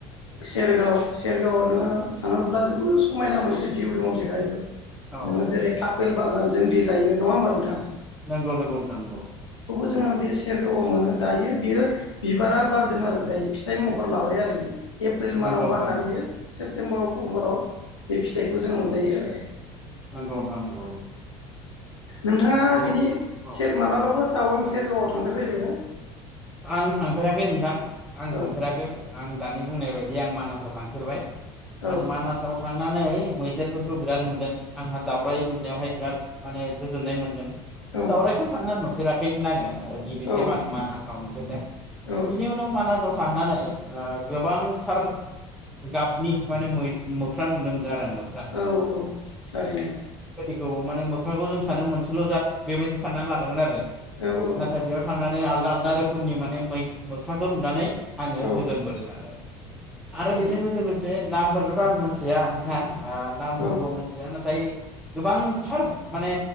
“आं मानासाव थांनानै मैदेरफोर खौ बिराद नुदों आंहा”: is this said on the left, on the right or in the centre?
Centre